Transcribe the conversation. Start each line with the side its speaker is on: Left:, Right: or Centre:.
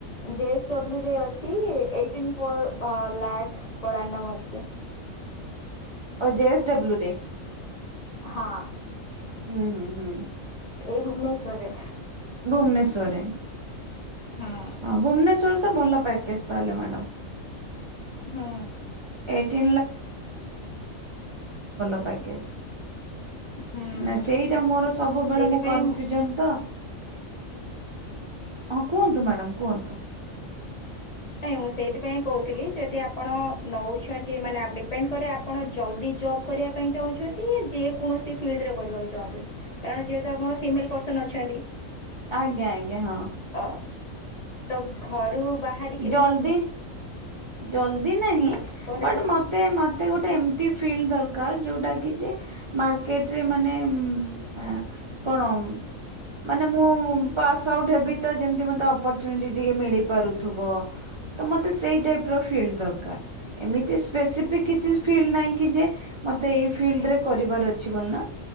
Left: ଜେ ଏସ୍ ଡବ୍ଲୁ ରେ ଅଛି ଏ। ଟିମ୍ ପୋର୍ ଅଲ୍ ଲାଇମି
Right: ଓ ଜେଏସ୍ଡବ୍ଲ୍ୟୁ େ?
Left: ହଁ।
Right: ଉୁଁ ହୁଁ ହୁଁ।
Left: ଏଇ ଭୁବନେଶ୍୍ୱର ରେ
Right: ଭୁବନେଶ୍ଵରରେ
Left: ହଁ
Right: ଭୁବନେଶ୍ରରେ ତ ଭଲ ପ୍ୟାକେଜ ତାହେଲେ ମ୍ୟାଡ଼ ଏ।
Left: ହଁ।
Right: ଟେଲ୍ତେ <unintelligible>
Left: ହୁଁ।
Right: ନା ସେଇଟା ମୋର ସବୁବେଳେ
Left: ସେଇଥିପାଇଁ
Right: ମୁଁ କ'ନଫ୍ୟୁଜନ ତ ହଁ କୁହନ୍ତୁ ମ୍ୟାଡ଼ାମ କୁହନ୍ତୁ?
Left: ନାଇଁ ମୁଁ ସେଇଥିପାଇଁ କହୁଥିଲି ଯଦି ଆପଣ ନଉଛନ୍ତି ମାନେ ଡିପେଣ୍ଡ କରେ ଆପଣ ଜଲ୍ଦି ଜବ୍। କରିବା ପାଇଁ ଚାହୁଁଛନ୍ତି ଯେ କୌଣସି ଫିଲ୍ଡରେ କରିବାକୁ ଚାହୁଁଛନ୍ତି? କାରଣ ଯେହେତୁ ଆପଣ ସିମିଲ୍ କପ୍ରସ୍ନ ନ ଅଛନ୍ତି
Right: ଆଜ୍ଞା ଆଜ୍ଞା ହଁ।
Left: ଆ ତ ଘରୁ ବାହାରି କ
Right: ଜଲିଦି ଜଲିନ୍ଧି ନାହିଁ
Left: ହୁଁ କହୁନାହାନ୍ତି
Right: ମତେ ମତେ ଗୋଟେ ଏମିତି ଫିଲ୍ଡ ଦରକାର ଯୋଉଟା କି ଯେ ମାର୍କେଟ ରେ ମାନେ ଉଁ କଣ ଉଁ? ମାନେ ମୁଁ ପାସ୍ ଆଉଟ ହେବି ତ ଯେମତି ମତେ ଅପ ଚୁନିଟୀ ଟିକେ ମିଳିପାରୁଥୁବ ତ ମତେ ସେଇ ଟାଇପ ର ଫିଲ୍ଡ ଦରକାର ଏମିତି ସ୍ପେସିଫିକ କିଛି ଫିଲ୍ଡ ନହିଁ କି ଯେ ମତେ ଏଇ ଫିଲ୍ଡ ରେ କରିବାର ଅଛି ବୋଲି ନା